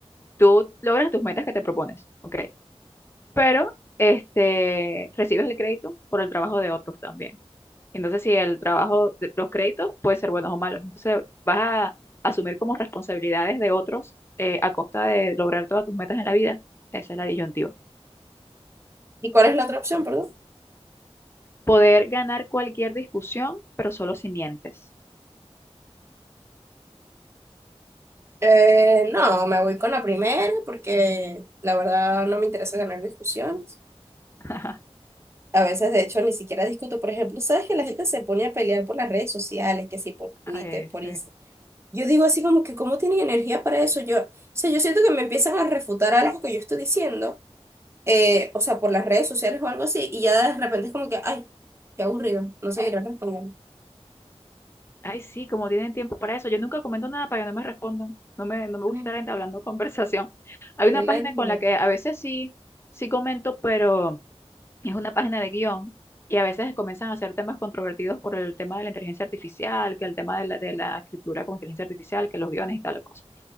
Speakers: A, on the left (about 25°); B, on the right (about 25°).
A: tú logras tus metas que te propones, ok, pero este, recibes el crédito por el trabajo de otros también. Entonces, si el trabajo, de- los créditos pueden ser buenos o malos, entonces vas a asumir como responsabilidades de otros eh, a costa de lograr todas tus metas en la vida. Esa es la disyuntiva.
B: ¿Y cuál es la otra opción, perdón?
A: Poder ganar cualquier discusión, pero solo si mientes.
B: Eh, no, me voy con la primera porque la verdad no me interesa ganar discusiones.
A: <laughs>
B: A veces, de hecho, ni siquiera discuto. Por ejemplo, sabes que la gente se pone a pelear por las redes sociales, que sí, por Twitter,
A: Ay,
B: por
A: sí.
B: Instagram. Yo digo así como que, ¿cómo tienen energía para eso? Yo, o sea, yo siento que me empiezan a refutar algo que yo estoy diciendo, eh, o sea, por las redes sociales o algo así, y ya de repente es como que, ay, qué aburrido, no seguirán respondiendo.
A: Ay, sí, como tienen tiempo para eso. Yo nunca comento nada para que no me respondan. No me, no me gusta
B: Ay,
A: estar entablando <laughs> conversación. Hay
B: qué
A: una página
B: ladilla.
A: con la que a veces sí, sí comento, pero es una página de guión y a veces comienzan a hacer temas controvertidos por el tema de la inteligencia artificial, que el tema de la, de la escritura con inteligencia artificial, que los guiones y tal cosa.